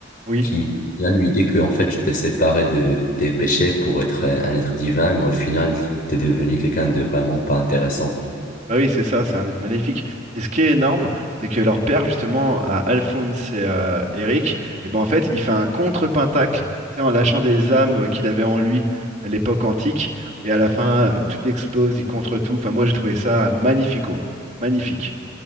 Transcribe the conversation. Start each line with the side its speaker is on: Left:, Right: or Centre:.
Right: Oui.
Left: qui vient lui dit que en fait, tu t'es séparé de tes péchés pour être euh, un être divin, mais au final, t'es devenu quelqu'un de vraiment pas intéressant.
Right: Bah oui, c'est ça, c'est un être maléfique. Et ce qui est énorme, c'est que leur père, justement, à Alphonse et euh, Eric, et ben en fait, il fait un contre-pentacle, tu sais, en lâchant des âmes euh, qu'il avait en lui à l'époque antique, et à la fin, euh, tout explose, il contre tout. Enfin, moi, j'ai trouvé ça magnifico. Magnifique.